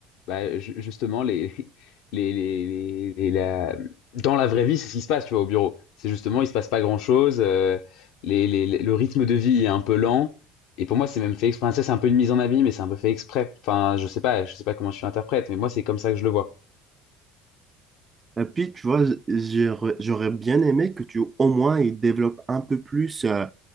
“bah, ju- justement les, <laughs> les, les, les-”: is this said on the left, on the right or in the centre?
Left